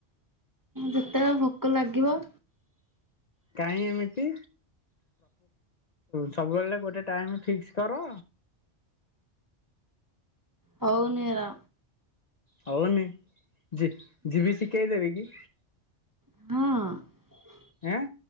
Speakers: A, on the right (about 20°); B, on the left (about 45°).
A: ଯେତେବେଳେ ଭୋକ ଲାଗିବ।
B: କାହିଁ ଏମିତି ସବୁବେଳେ ଗୋଟେ ଟାଇମ ଫିକ୍ସ କର
A: ହଉନରା।
B: ହଉନି। ଜ ଜ ବି ସି କେହି ଦେବେ କି?
A: ହଁ।
B: ଆଁ।